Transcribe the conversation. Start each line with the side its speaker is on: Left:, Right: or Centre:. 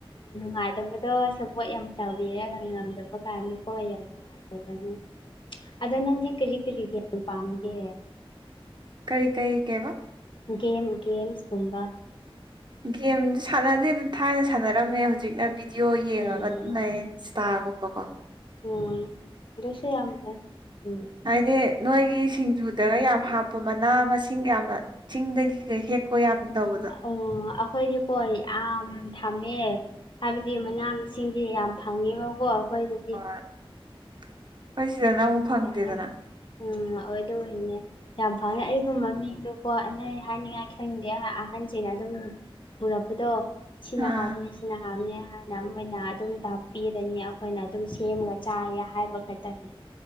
Left: ꯅꯨꯡꯉꯥꯏꯇꯕꯗꯣ ꯁꯞꯄꯣꯠ ꯌꯥꯝ ꯇꯧꯕꯤꯔꯒ ꯉꯝꯗꯕ ꯀꯥꯟꯗꯀꯣ ꯌꯦꯝ... ꯗꯧꯕꯅꯤ ꯑꯗꯣ ꯅꯪꯗꯤ ꯀꯔꯤ ꯀꯔꯤ ꯒꯦꯃ ꯄꯥꯝꯃꯤꯒꯦ
Right: ꯀꯔꯤ ꯀꯩ ꯀꯩꯕ
Left: ꯒꯦꯝ ꯒꯦꯝꯁ ꯀꯨꯝꯕ
Right: ꯒꯦꯝꯗꯨ ꯁꯥꯟꯅꯗꯦꯗ ꯊꯥꯏꯅ ꯁꯥꯟꯅꯔꯝꯃꯦ ꯍꯧꯖꯤꯛꯅ ꯕꯤꯗꯤꯑꯣ ꯌꯦꯡꯉꯒ
Left: ꯎꯝ
Right: ꯑꯗꯨꯝ ꯂꯩꯔ° ꯇꯥꯒꯨꯝꯕ ꯀꯣ
Left: ꯎꯝ ꯍꯧꯖꯤꯛꯁꯨ ꯌꯥꯝꯃ° ꯎꯝ
Right: ꯍꯥꯏꯗꯤ ꯅꯣꯏꯒꯤ ꯁꯤꯡꯖꯨꯗꯒ ꯌꯥꯝ ꯍꯥꯞꯄ ꯃꯅꯥ ꯃꯁꯤꯡꯒ ꯌꯥꯝꯅ ꯆꯤꯡꯗꯒꯤ ꯍꯦꯛꯄ ꯌꯥꯝ ꯇꯧꯕꯗꯣ
Left: ꯑꫭ ꯑꯩꯈꯣꯏꯗꯤꯀꯣ ꯌꯥꯝ ꯊꯝꯃꯦ ꯍꯥꯏꯕꯗꯤ ꯃꯅꯥ ꯃꯁꯤꯡꯗꯤ ꯌꯥꯝ ꯐꯪꯉ‌ꯦꯕꯀꯣ ꯑꯩꯈꯣꯏꯗ
Right: ꯍ ꯑ‌ꫭꯏ ꯑꯩꯈꯣꯏ ꯁꯤꯗ ꯅ ꯑꯃꯨꯛ ꯐꯪꯗꯦꯗꯅ
Left: ꯌꯥꯝ ꯎꯝ ꯑꯣꯏ ꯗ‌ꫭꯏꯅꯦ ꯌꯥꯝ ꯐꯪꯑꯦ ꯑꯩꯒꯨꯃꯕ ꯃꯤꯡꯗꯨꯂ ꯅ ꯍꯥꯏꯅꯤꯡꯉꯥꯏ ꯈꯪꯅꯤꯡꯗꯦ ꯑꯍꯟꯁꯤꯅ ꯑꯗꯨꯝ ꯄꯨꯔꯛꯄꯗꯣ ꯁꯤꯅ
Right: ꯑꯥ
Left: ꯍꯥꯎꯕꯅ‌ꯦ ꯁꯤꯅ ꯍ‌ꯎꯕꯅ‌ꯦ ꯍꯥꯏꯅ ꯃꯣꯏꯅ ꯑꯗꯨꯝ ꯇꯥꯛꯄꯤꯕꯅ‌ꯦ ꯑꯩꯈꯣꯏꯅ ꯑꯗꯨꯝ ꯁꯦꯝꯃꯒ ꯆꯥꯏꯌꯦ ꯍꯥꯏꯕ ꯈꯛꯇꯅꯤ